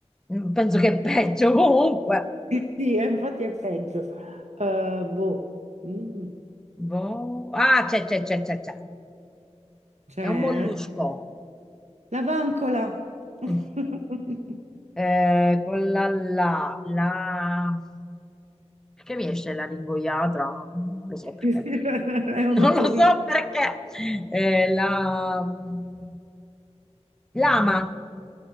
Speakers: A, in the centre; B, on the right.
A: Mm, Penso che è peggio comunque.
B: Sì, sì, eh, infatti è peggio. Eh, boh, Mm,
A: Boh. Ah, c'è, c'è, c'è, c'è, c'è.
B: c'è
A: È un mollusco.
B: la vancola. <laughs>
A: <laughs> Eh, con la la, la... Perché mi esce la lingoiatra? Non lo so
B: È
A: perché. <laughs>
B: un
A: Non
B: otorino.
A: lo so perché. Eh, la... mm, Lama.